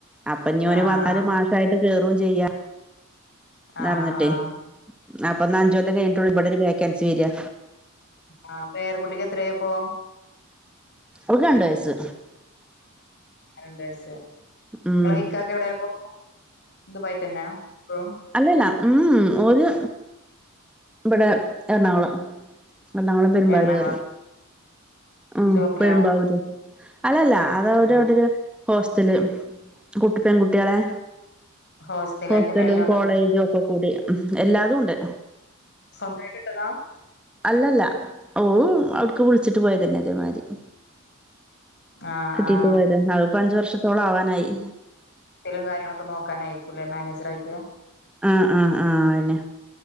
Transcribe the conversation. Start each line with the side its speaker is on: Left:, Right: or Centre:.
Centre: അപ്പോഞ്ഞോന്
Left: ആഹ്
Centre: വന്നാല് മാഷായിട്ട് കേറും ചെയ്യാ. ന്നറഞ്ഞിട്ടേ
Left: ആഹ് ആഹ്
Centre: അപ്പൊ ന്ന അഞ്ചൊല്ലം കഴിഞ്ഞിട്ടൊള്ളൂ ഇവിടൊരു വേക്കൻസി വെരാ.
Left: ആ അപ്പ പേരകുട്ടിക്ക് എത്രയി അപ്പോ
Centre: ഓക്ക് രണ്ട് വയസ്സ്.
Left: രണ്ട് വയസ്
Centre: ഉം
Left: നിങ്ങളെക്കാക്ക എവിടെപ്പോ ദുബായിത്തെന്നെ ഇപ്പോഴും.
Centre: അല്ലല്ല ഉം ഉം ഓല് ഇബടെ എറണാകുളം. എറണാകുളം പെരുമ്പാവൂർ
Left: എറണാകുളം
Centre: പറയും ഉം
Left: ഷോപ്പിലാ
Centre: പെരുമ്പാവൂര് അല്ലല്ല അത് അവര്
Left: ആഹ്
Centre: അവിടെ ഒരു ഹോസ്റ്റല് കുട്ടി പെൺകുട്ടികളെ
Left: ഹോസ്‌റ്റല്
Centre: ഹോസ്റ്റലും
Left: അതിന്റെ മേൽനോ
Centre: കോളേജും ഒക്കെ കൂടി മ് ഹ് എല്ലാതും ഉണ്ട്.
Left: സ്വന്തായിട്ട് ഇട്ടതാ
Centre: അല്ലല്ല ഓ അവിടുക്ക് വിളിച്ചിട്ട് പോയതന്നെ അതേമാതിരി.
Left: ആഹ്
Centre: കിട്ടീട്ട്
Left: ആഹ്
Centre: പോയത് അത് ഇപ്പോ അഞ്ച്‌ വർഷത്തോളം ആവാനായി.
Left: ക്കലും കാര്യങ്ങളൊക്കെ നോക്കാനായിരിക്കുല്ലേ മാനേജർ ആയിട്ട്.
Centre: ആഹ് ആഹ് ആഹ് അതെന്നെ